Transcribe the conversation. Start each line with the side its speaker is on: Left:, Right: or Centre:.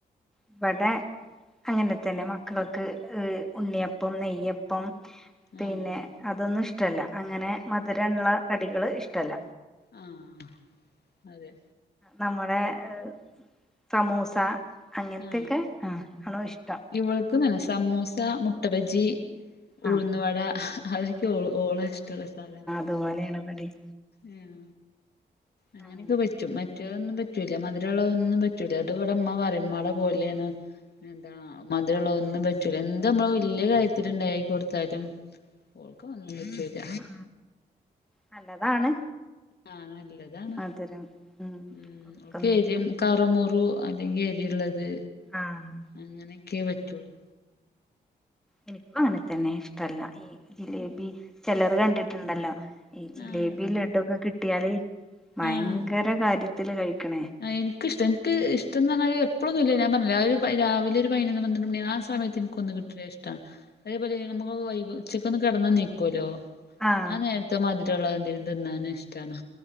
Centre: ഇബടെ അങ്ങനെ തന്നെ മക്കൾക്ക് എഹ് ഉണ്ണിയപ്പം, നെയ്യപ്പം പിന്നെ
Left: ആഹ്
Centre: അതൊന്നുഷ്ടല്ല അങ്ങനെ മധ് രെള്ളെ കടികള് ഇഷ്ടല്ല.
Left: ആഹ് അതെ
Centre: നമ്മുടെ എഹ് സമൂസ അങ്ങൻത്തെക്കെ
Left: ആഹ്
Centre: ആഹ് ആണ് ഇഷ്ടം.
Left: ഇവൾക്കും തന്നെ സമൂസ, മുട്ട ബജി ഉഴുന്നു
Centre: ആ
Left: വട അതൊക്കെ ഒ ഓളെ ഇഷ്ടെള്ള സാധനം.
Centre: ത്പോലെണ് ഇബടിം
Left: ഉം അങ്ങനെക്കെ
Centre: അങ്ങനെ
Left: പ റ്റും മറ്റൊന്നും പറ്റൂല മധുരള്ളതൊന്നും പറ്റൂല അത് വടെ ഇമ്മ പറിം ഇമ്മാടെ പോലെണ് എന്താ മധ് രള്ളതൊന്നും പറ്റൂല എന്ത് അമ്മള് വെല്യെ കാര്യത്തില്ണ്ടാക്കി കൊട്ത്താലും ഓക്കതൊന്നും പറ്റൂല
Centre: ആ നല്ലതാണ്
Left: ആഹ് നല്ലതാണ്
Centre: മധുരം
Left: ഉം
Centre: കൊടുക്കുന്നത്
Left: ഓക്കെരിം കറ്മുറു അല്ലെങ്കി എരിള്ളത്
Centre: ആഹ്
Left: അങ്ങനെക്കെ പറ്റൊള്ളൂ
Centre: ഇൻക്കു അങ്ങനെ തന്നെ ഇഷ്ടല്ല ഈ ജിലേബി ചെലോര് കണ്ട്ട്ട്ണ്ടല്ലോ ഈ ജിലേബിം
Left: ആഹ്
Centre: ലഡൊക്കെ കിട്ട്യാല് ഭയങ്ക
Left: ആഹ്
Centre: ര കാര്യത്തില് കഴിക്ക്ണേ
Left: ആഹ് ഇൻക്കിഷ്ട ഇൻക്ക് ഇഷ്ടം ന്ന് പർഞ്ഞാല് എപ്പോളൊന്നുല്ല ഞാ <unintelligible> ല്ല ഒര് പ രാവിലൊര് പയ്നൊന്ന് പന്ത്രണ്ട് മണി ആ സമയത്തിൻ ക്കൊന്ന് കിട്ട് <unintelligible> ഇഷ്ടാണ് അതേപോലെ നമ്മക്ക് വൈകു ഉച്ചക്കൊന്ന് കെടന്നാ നീക്കോല്ലോ
Centre: ആഹ്
Left: ആ നേര ത്ത് മാധിരെള്ളെ എന്തെങ്കിലും തിന്നാന് ഇഷ്ടാണ്.